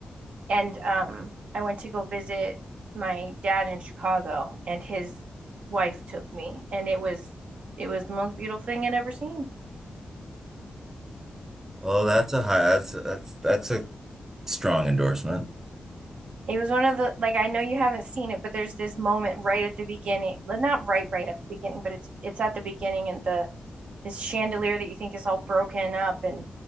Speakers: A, on the right; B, on the right.
A: And um, I went to go visit my dad in Chicago, and his wife took me, and it was it was the most beautiful thing I'd ever seen.
B: Well, that's a high, that's, that's, that's a strong endorsement.
A: It was one of the like I know you haven't seen it, but there's this moment right at the beginning. well, Not right right at the beginning, but it's it's at the beginning in the this chandelier that you think is all broken up and